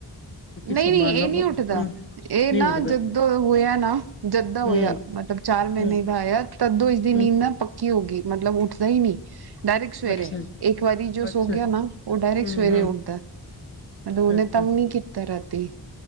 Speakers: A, on the left (about 30°); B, on the right (about 65°).
A: ਕਿਉਂਕਿ
B: ਨਹੀਂ
A: ਸੰਭਾਲਣਾ
B: ਨਹੀਂ ਇਹ ਨਹੀਂ
A: ਬਹੁਤ
B: ਉੱਠਦਾ
A: ਹੂੰ
B: ਇਹ
A: ਨਹੀਂ
B: ਨਾ
A: ਉੱਠਦਾ
B: ਜਦੋਂ ਹੋਇਆ ਨਾ ਜਦ। ਹੋਇਆ
A: ਹੂੰ
B: ਮਤਲਬ ਚਾਰ ਮਹੀਨੇ
A: ਹੂੰ
B: ਦਾ ਆਇਆ ਤਦੋਂ ਇਸਦੀ
A: ਹੂੰ
B: ਨੀਂਦ ਨਾ ਪ। ਕੀ ਹੋ ਗਈ ਮਤਲਬ ਉੱਠਦਾ ਹੀ ਨਹੀਂ। ਡਾਇਰੇੈਕਟ ਸਵੇਰੇ
A: ਅੱਛਾ ਜੀ
B: ਇੱਕ ਵਾਰੀ ਜੋ
A: ਅੱਛਾ
B: ਸੋ ਗਿਆ ਨਾ ਉਹ ਡਾਇਰੇੈਕਟ
A: ਹੂੰ
B: ਸਵੇਰੇ
A: ਹੂੰ
B: ਉੱਠਦਾ ਮਤਲਬ
A: ਅੱਛਾ
B: ਉਹਨੇ।
A: ਅੱਛਾ
B: ਤੰਗਨੀ ਕਿਥੇ ਰਹਿਤੀ।